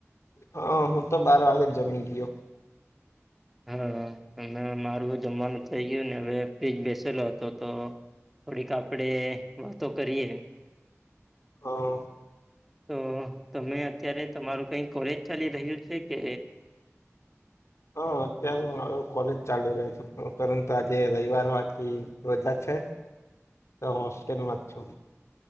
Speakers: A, on the left; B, in the centre.
A: હા હું તો બાર વાગે જ જમી ગયો.
B: હા અ મારું જમવાનું થઇ ગયું ને હવે ફ્ર્રીજ બેસેલો હતો તો થોડીક આપડે વાતો કરીએ.
A: હા
B: તો તમે અત્યારે તમારું કઈ કોલેજ ચાલી રહ્યું છે કે?
A: હ અત્યારે હ કોલેજ ચાલુ રહી છે. પરંતુ આજે રવિવાર વાથી રજા છે.
B: <inaudible>
A: તો હોસ્ટેલ માર છો.